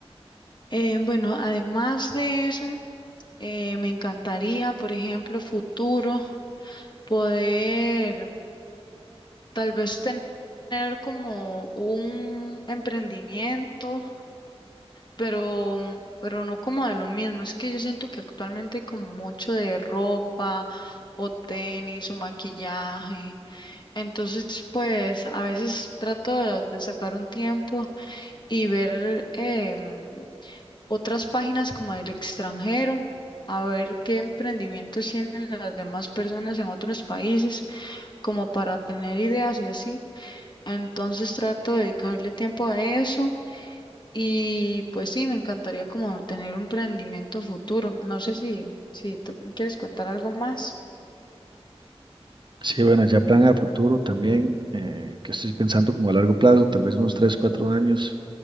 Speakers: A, on the left; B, on the right.
A: Eh, bueno, además de eso, eh, me encantaría, por ejemplo, futuro. poder tal vez ten- tener como un emprendimiento, pero, mm, pero no como de lo mismo. Es que yo siento que actualmente hay como mucho de ropa o tenis o maquillaje. Entonces, pues a veces trato de, de sacar un tiempo y ver em, otras páginas como del extranjero. a ver qué emprendimientos tienen las demás personas en otros países como para tener ideas y así. Entonces trato de dedicarle tiempo a eso y pues sí, me encantaría como tener un emprendimiento futuro. No sé si, si tú me quieres contar algo más.
B: Sí, bueno, ya plan a futuro también, eh, que estoy pensando como a largo plazo, tal vez unos tres cuatro años